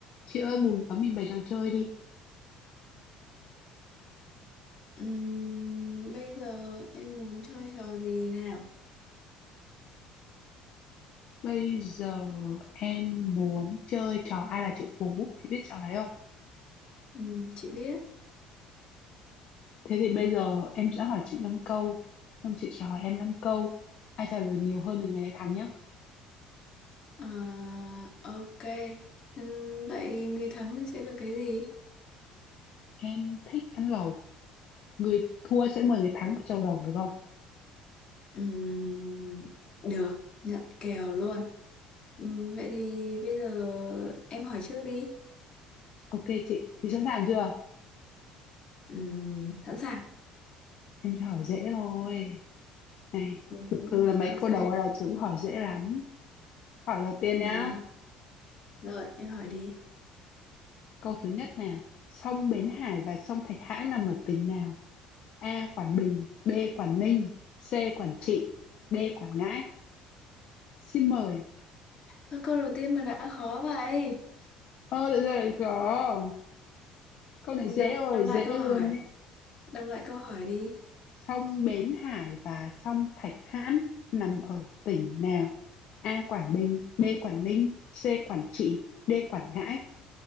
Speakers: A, on the left (about 55°); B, on the left (about 40°).
A: Chị ơi buồn quá mình bày trò chơi đi.
B: Ừm, bây giờ em muốn chơi trò gì nào?
A: Bây giờ em muốn chơi trò ai là triệu phú, chị biết trò đấy không?
B: Ừm, chị biết.
A: Thế thì bây giờ em sẽ hỏi chị 5 câu, xong chị sẽ hỏi em 5 câu. Ai trả lời nhiều hơn thì người ấy thắng nhá.
B: À, ok. Ừm, vậy người thắng thì sẽ được cái gì?
A: Em thích ăn lẩu, người thua sẽ mời người thắng một chầu lẩu được không?
B: Ừm, được, nhận kèo luôn. Ừm, vậy thì bây giờ em hỏi trước đi.
A: Ok chị, thì sẵn sàng chưa?
B: Ừm, sẵn sàng.
A: Em sẽ hỏi dễ thôi. Này,
B: Ừm,
A: thực sự là mấy
B: ok,
A: câu đầu ai là chữ hỏi dễ lắm. Hỏi đầu tiên
B: được.
A: nhá.
B: Rồi, em hỏi đi.
A: Câu thứ nhất nè, sông Bến Hải và sông Thạch Hãn nằm ở tỉnh nào? A. Quảng Bình B. Quảng Ninh C. Quảng Trị D. Quảng Ngãi Xin mời
B: Ơ, Câu đầu tiên mà đã khó vậy.
A: Ơ lại ra lại có Câu này dễ
B: Đọc,
A: rồi,
B: đọc lại
A: dễ
B: câu hỏi.
A: luôn ấy
B: Đọc lại câu hỏi đi.
A: Sông Bến Hải và sông Thạch Hãn nằm ở tỉnh nào A. Quảng Bình B. Quảng Ninh C. Quảng Trị D. Quảng Ngãi